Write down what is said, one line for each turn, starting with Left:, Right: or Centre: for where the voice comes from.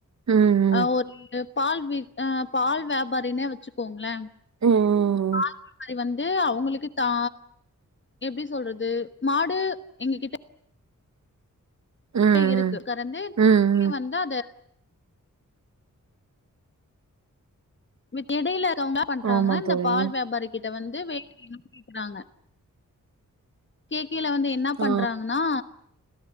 Right: ம், ம்.
Left: அ ஒரு பால் வி அ பால் வியாபாரினே வச்சுக்கோங்களே
Right: ம், ம்,
Left: பால் வியாபாரி வந்து அவுங்களுக்கு தா எப்டி சொல்றது மாடு எங்க கிட்ட
Right: ம். ம்,
Left: இருக்கு கறந்து
Right: ம். ம்.
Left: <inaudible> வந்து அத வித் எடையில இருக்கவுங்க என்னா பண்றாங்கன்னா
Right: ஆமா
Left: இந்த
Right: தோழி.
Left: பால் வியாபாரி கிட்ட வந்து <inaudible> கேக்கயில வந்து என்னா
Right: ஆ.
Left: பண்றாங்கன்னா